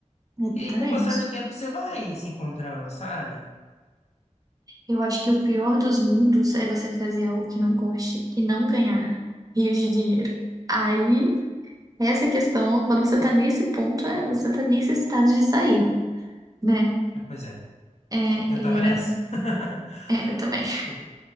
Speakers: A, on the right; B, on the left.
A: Exatamente.
B: E aí, com o passar do tempo, você vai se encontrando, sabe?
A: Eu acho que o pior dos mundos é você fazer algo que não goste e não ganhar rios de dinheiro. Aí, essa questão, quando você tá nesse ponto, é, você tá necessitado de sair, né?
B: Eh, Pois é,
A: É,
B: eu tava
A: e era,
B: nessa. <laughs>
A: é, eu também.
B: Tipo,